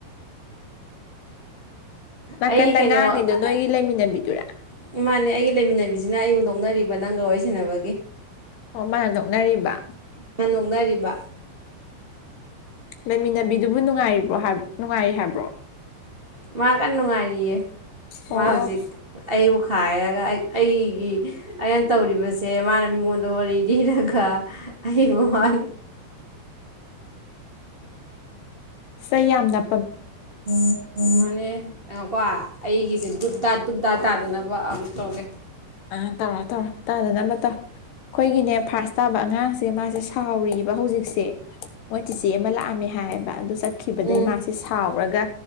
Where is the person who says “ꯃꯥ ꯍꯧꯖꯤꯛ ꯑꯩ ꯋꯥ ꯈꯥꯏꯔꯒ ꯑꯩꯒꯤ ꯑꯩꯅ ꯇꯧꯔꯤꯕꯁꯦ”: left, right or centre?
Right